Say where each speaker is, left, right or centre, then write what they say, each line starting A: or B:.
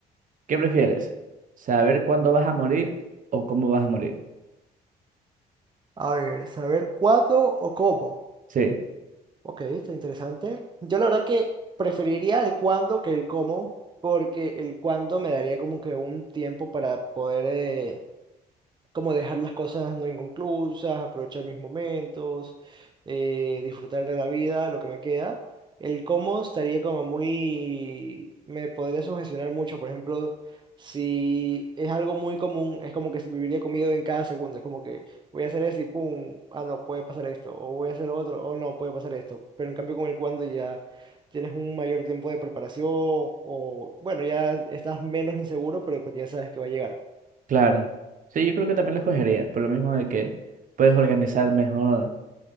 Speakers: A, on the right (about 50°); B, on the right (about 25°).
A: ¿Qué prefieres? ¿Saber cuándo vas a morir o cómo vas a morir?
B: A ver, saber cuándo o cómo.
A: Sí,
B: Ok, está interesante. Yo la verdad que preferiría el cuándo que el cómo, porque el cuándo me daría como que un tiempo para poder... eh, como dejar las cosas no inconclusas, aprovechar mis momentos, eh, disfrutar de la vida, lo que me queda. El cómo estaría como muy, me podría sugestionar mucho, por ejemplo, si es algo muy común, es como que viviría comido en cada segundo, es como que voy a hacer esto y pum, ah no, puede pasar esto, o voy a hacer lo otro, o no, puede pasar esto, pero en cambio con el cuando ya tienes un mayor tiempo de preparación, o bueno, ya estás menos inseguro, pero porque ya sabes que va a llegar.
A: claro. Sí, yo creo que también lo escogería, por lo mismo de que puedes organizar mejor